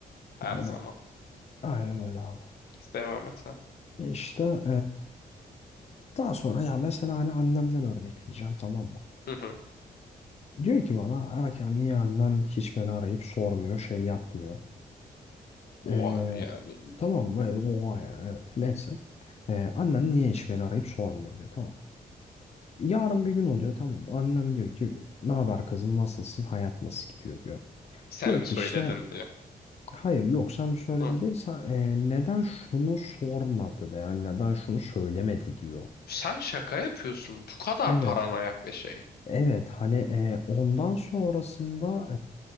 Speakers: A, on the left; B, on the left.
A: Her
B: Hani
A: zaman.
B: aynen öyle abi.
A: Devam et sen.
B: E İşte Daha sonra ya mesela hani annemden örnekleyeceğim tamam mı?
A: Hı hı.
B: Diyor ki bana erken niye annen hiç beni arayıp sormuyor şey yapmıyor.
A: Oha
B: Ee,
A: yani
B: tamam mı? Ee, Oha yani evet neyse. Ee, annen niye hiç beni arayıp sormuyor diyor tamam. Yarın bir gün oluyor tamam. mı? Annem diyor ki ne haber kızım nasılsın hayat nasıl gidiyor diyor.
A: sen
B: Diyor
A: mi
B: ki
A: söyledin
B: işte
A: diye.
B: hayır yok sen bir söyledin
A: Hı.
B: değil sen, e, neden şunu sormadı veya neden şunu söylemedi diyor.
A: Sen şaka yapıyorsun. Bu kadar
B: Evet.
A: paranoyak bir şey.
B: Evet hani e, ondan sonrasında